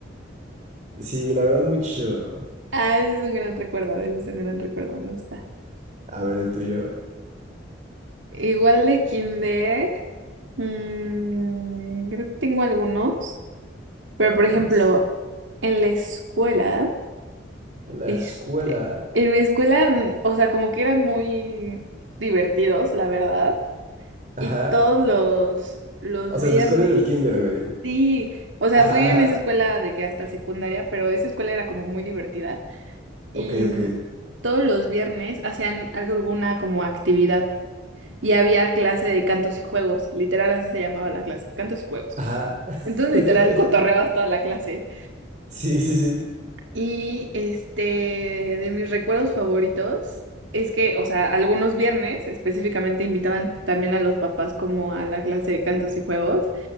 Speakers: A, on the right; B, on the right.
A: Sí, la verdad muy chido.
B: Ah, ese es un gran recuerdo, ese es un gran recuerdo, me gusta.
A: A ver el tuyo.
B: Igual de kinder, mm, creo que tengo algunos, pero
A: A
B: por ejemplo,
A: ver, saca.
B: en la escuela,
A: En la
B: este,
A: escuela.
B: en mi escuela, mm, o sea, como que eran muy divertidos, la verdad,
A: Ajá.
B: y todos los, los
A: O sea,
B: viernes,
A: en tu escuela era el kinder, güey.
B: sí, o sea,
A: Ajá,
B: fui
A: ajá.
B: en esa escuela de que hasta secundaria, pero esa escuela era como muy divertida, y
A: Ok, ok.
B: mm, todos los viernes hacían alguna como actividad. y había clase de cantos y juegos, literal así se llamaba la clase, cantos y juegos.
A: Ajá. <laughs>
B: Entonces literal cotorreabas toda la clase.
A: Sí, sí, sí.
B: Y este, de mis recuerdos favoritos es que, o sea, algunos viernes específicamente invitaban también a los papás como a la clase de cantos y juegos.